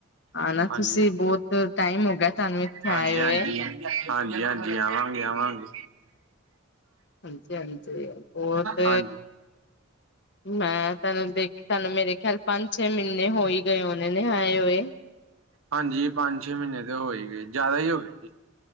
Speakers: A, on the left; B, on the right.
A: ਆਨਾ
B: ਹਾਂਜੀ
A: ਤੁਸੀ ਬੋਤ ਟਾਈਮ ਹੋ ਗਿਆ ਤਾਨੂੰ ਏੱਥੇ
B: ਹਾਂਜੀ
A: ਆਏ ਹੋਏ।
B: ਹਾਂਜੀ ਹਾਂਜੀ, ਹਾਂਜੀ, ਆਵਾਂਗੇ, ਆਵਾਂਗੇ।
A: ਹਾਂਜੀ ਹਾਂਜੀ ਬਹੁਤ
B: ਹਾਂਜੀ।
A: ਮੈਂ ਤੈਨੂੰ ਦੇਖਿਆਂ ਮੇਰੇ ਖਿਆਲ ਪੰਜ ਛੇ ਮਹੀਨੇ ਹੋ ਹੀ ਗਏ ਹੋਨੇ ਨੇ ਆਏ ਹੋਏ।
B: ਹਾਂਜੀ ਪੰਜ-ਛੇ ਮਹੀਨੇ ਤੇ ਹੋ ਹੀ ਗਏ, ਜਾਦਾ ਹੀ ਹੋ ਗਏ ਜੀ।